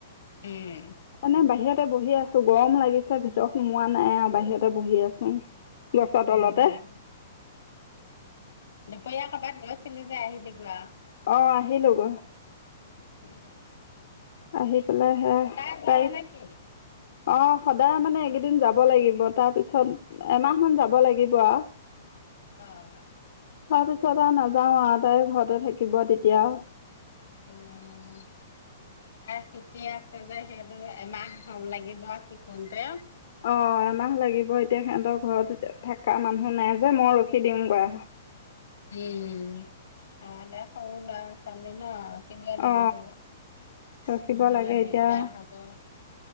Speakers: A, on the left; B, on the left.
A: উম,
B: এনে বাহিৰত বহি আছো গৰম লাগিছে ভিতৰত সোমোৱা নাই বাহিৰতে বহি আছো গছৰ তলতে
A: উম। বিয়া ক'বাত গৈছিলো যে আহিলি গোৱা
B: অহ আহিলো গৈ
A: উম
B: আহি পেলাই সেয়া
A: ডায়
B: তাইক
A: নক
B: অ সদায় মানে এইকেইদিন যাব লাগিব তাৰপিছত এমাহ মান যাব লাগিব আ
A: অ',
B: তাৰপিছত আৰু নাযাও আ তাই ঘৰতে থাকিব তেতিয়া
A: উম তাই শিকি আছে যে সেইটো এমাহ হ লাগিব শিকোংতে
B: অ মাহ লাগিব এতিয়া সিহঁতৰ ঘৰত থাক তা মানুহ
A: উম।
B: নাই যে মই ৰখি দিমগৈ
A: উম হয় দে সৰু ল'ৰা ছোৱালী ন থাকিবই
B: অ
A: লাগিব নহলে
B: ৰখিব লাগে
A: দিগদাৰ
B: এতিয়া
A: হব